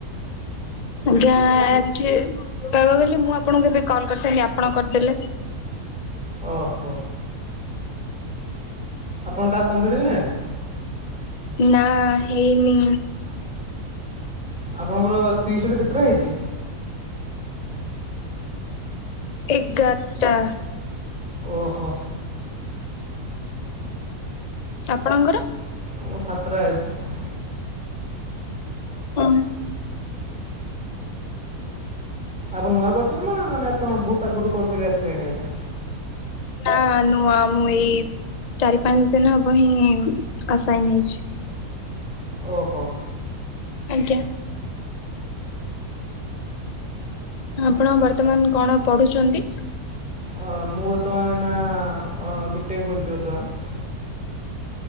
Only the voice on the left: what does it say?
ଆଜ୍ଞା ଆକ୍ ମୁଁ ଭାବୁଥିଲି ମୁଁ ଆପଣଙ୍କୁ ଏବେ କଲ୍ କରିିଥାନ୍ତି ଆପଣ କରିଦେଲେ?
ନାଁ ହେଇନି।
ଏଗାରଟା।
ଆପଣଙ୍କର?
ହଁ।
ନା ନୂଆ ମୁଁ ଏଇ ଚାରି ପାଞ୍ଚ ଦିନ ହବ ହିଁ ଆଶାଇନ ହେଇଛି।
ଆଜ୍ଞା। ଆପଣ ବର୍ତ୍ତମାନ କଣ ପଢୁଚନ୍ତି?